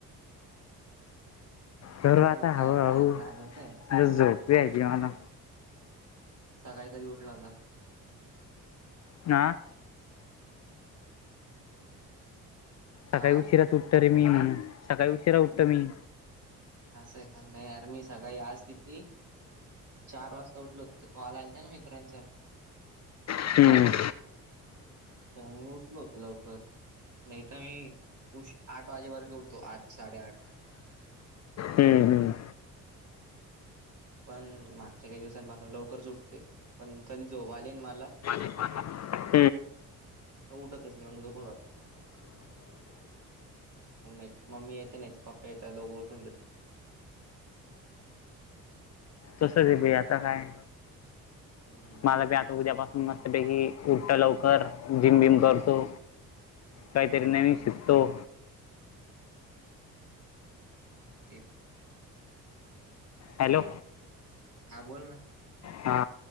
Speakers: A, on the left (about 40°); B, on the right (about 40°).
A: तरवहता
B: तू काय
A: हहू हहू
B: काय
A: म्हण
B: खाणार काय
A: झोपय त मला.
B: सकाळी कधी उठला होता.
A: आ सकाळी
B: हा
A: उशीराच उठत रे मी म्हणून सकाळी उशिरा उठत मी.
B: असंही काण नाही आर मी सकाळी आज किती चार वाजता उठलो होत ते कॉल आलता ना मित्रांचा.
A: हम्म
B: मी उठलो होत लवकर नाही तर मी आठ वाजेपर्यंत उठतो आठ साडेआठ
A: <inaudible> हम्म हम्म
B: पण मागच्या काही दिवसांपासून लवकर सुटते पण कधी झोप आले न मला
A: <inaudible>
B: उठतच नाही झोपून राहतो. मग नाही मम्मी येते नाही त पप्पा येत दोघं उठून घेतात.
A: तसंच आहे भई आता काय?
B: हम्म
A: मला पी आता उद्यापासून मस्त पैकी उठत लवकर जिम बिम करतो. काहीतरी नवीन शिकतो.
B: ते
A: हॅलो
B: हा बोल ना
A: हा